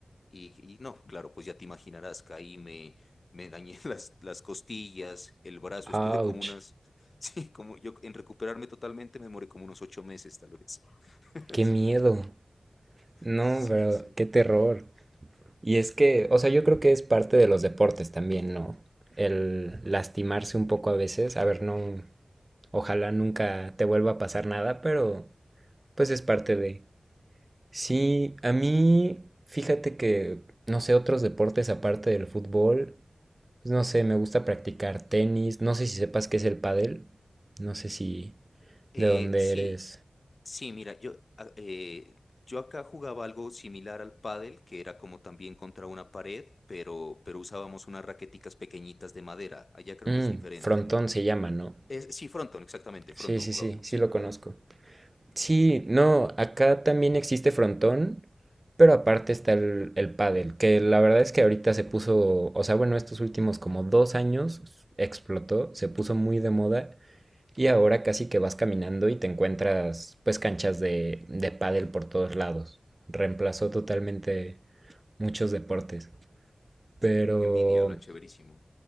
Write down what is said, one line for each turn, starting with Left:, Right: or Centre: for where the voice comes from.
Left: Y, y no, claro, pues ya te imaginarás, caí, me, me dañé <laughs> las, las costillas, el brazo, estuve
Right: Ouch.
Left: como unas, <laughs> sí, como yo en recuperarme totalmente me demoré como unos ocho meses tal vez. <laughs>
Right: Qué miedo. No,
Left: Sí,
Right: pero
Left: sí.
Right: qué terror. Y es que, o sea, yo creo que es parte de los deportes también, ¿no? El lastimarse un poco a veces. A ver, no, ojalá nunca te vuelva a pasar nada, pero pues es parte de... Sí, a mí, fíjate que, no sé, otros deportes aparte del fútbol, pues no sé, me gusta practicar tenis, no sé si sepas qué es el pádel, no sé si
Left: Eh,
Right: de dónde
Left: sí,
Right: eres.
Left: sí, mira, yo, a- eh, yo acá jugaba algo similar al pádel, que era como también contra una pared, pero, pero usábamos unas raqueticas pequeñitas de madera. Allá creo
Right: Mm,
Left: que es diferente,
Right: frontón
Left: ¿no?
Right: se llama, ¿no?
Left: Es, sí, frontón, exactamente, frontón
Right: Sí, sí,
Left: jugábamos,
Right: sí, sí
Left: sí.
Right: lo conozco.
Left: Ajá.
Right: Sí, no, acá también existe frontón, pero aparte está el, el pádel, que la verdad es que ahorita se puso, o sea, bueno, estos últimos como dos años explotó, se puso muy de moda. Y ahora casi que vas caminando y te encuentras pues canchas de, de pádel por todos lados. Reemplazó totalmente muchos deportes. Pero
Left: Qué envidia, lo chéverísimo.